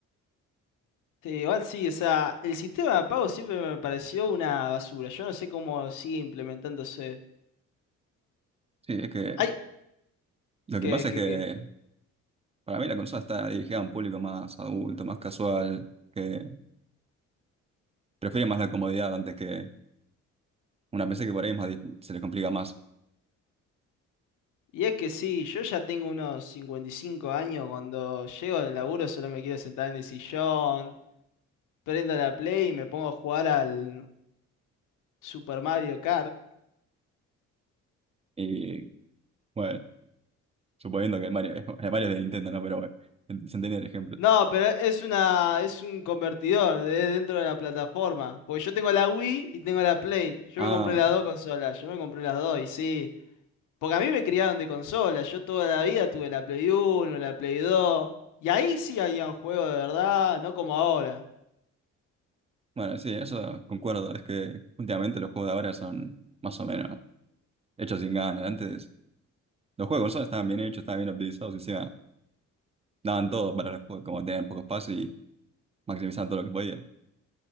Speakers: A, on the left (about 85°); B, on the right (about 20°).
A: Sí, igual sí, o sea, el sistema de pago siempre me pareció una basura. Yo no sé cómo sigue implementándose.
B: Sí, es que
A: Ay,
B: lo
A: qué
B: que pasa
A: qué
B: es que
A: qué
B: Para mí la consola está dirigida a un público más adulto, más casual, que prefiere más la comodidad antes que una PC que por ahí es más dif- se le complica más.
A: Y es que sí, yo ya tengo unos 55 años. Cuando llego del laburo solo me quiero sentar en el sillón, prendo la Play y me pongo a jugar al Super Mario Kart.
B: Y bueno, suponiendo que el Mario, <laughs> el Mario es de Nintendo, ¿no? Pero bueno, en- se entiende el ejemplo.
A: No, pero es una, es un convertidor de dentro de la plataforma. Porque yo tengo la Wii y tengo la Play. Yo
B: Ah,
A: me compré las dos consolas, yo me compré las dos y sí. Porque a mí me criaron de consola, yo toda la vida tuve la Play 1, la Play 2, y ahí sí había un juego de verdad, no como ahora.
B: bueno, sí, eso concuerdo. Es que últimamente los juegos de ahora son más o menos hechos sin ganas. Antes los juegos de consola estaban bien hechos, estaban bien optimizados, encima daban todo para los juegos, como tenían poco espacio y maximizaban todo lo que podían.